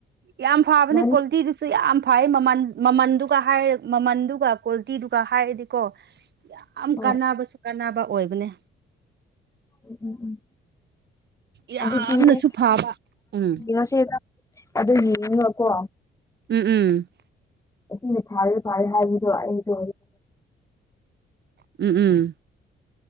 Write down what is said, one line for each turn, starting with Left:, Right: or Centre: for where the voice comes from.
Right: ꯌꯥꯝ ꯐꯕꯅꯦ
Left: ꯃꯔꯤ
Right: ꯀ꯭ꯋꯥꯂꯤꯇꯤꯗꯨꯁꯨ ꯌꯥꯝ ꯐꯩꯌꯦ ꯃꯃꯜ ꯃꯃꯜꯗꯨ ꯃꯃꯜꯗꯨ ꯀ꯭ꯋꯥꯂꯤꯇꯤꯗꯨꯒ ꯍꯥꯏꯔꯗꯤꯀꯣ ꯌꯥꯝ
Left: ꯍꯣꯏ
Right: ꯀꯥꯟꯅꯕꯁꯨ ꯀꯥꯟꯅꯕ ꯑꯣꯏꯕꯅꯦ
Left: ꯎꯝ ꯎꯝ ꯎꯝ
Right: ꯌꯥꯝꯅꯁꯨ
Left: ꯑꯗꯨꯗꯤꯅꯦ
Right: ꯐꯕ ꯎꯝ
Left: ꯅꯠꯇꯦꯗ ꯑꯗꯨꯒꯤꯅꯤꯅ ꯒꯣ
Right: ꯎꯝ ꯎꯝ
Left: ꯑꯁꯤꯁ ꯐꯥꯔꯦ ꯐꯥꯔꯦ ꯍꯥꯏꯕꯗꯣ ꯑꯩꯁꯨ
Right: ꯎꯝ ꯎꯝ